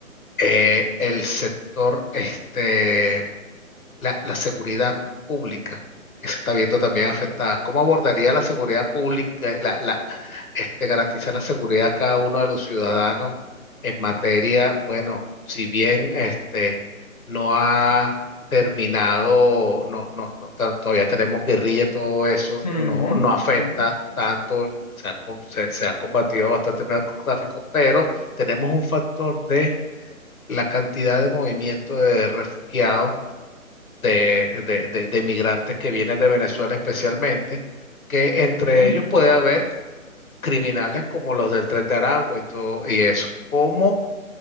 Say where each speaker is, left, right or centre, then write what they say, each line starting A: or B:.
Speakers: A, on the left; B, on the left.
A: eh, el sector, este, la, la seguridad pública que se está viendo también afectada. ¿Cómo abordaría la seguridad pública, la, la, este, garantizar la seguridad a cada uno de los ciudadanos en materia, bueno, si bien este, no ha terminado, no, no, no, to- todavía tenemos guerrilla y todo eso,
B: Mm,
A: no, no afecta
B: mm,
A: tanto. Se ha, com- se, se ha combatido bastante el narcotráfico, pero tenemos un factor de la cantidad de movimiento de refugiados de, de, de- de migrantes que vienen de Venezuela especialmente, que entre
B: mm.
A: ellos puede haber criminales como los del Tren de Aragua y todo y eso. ¿Cómo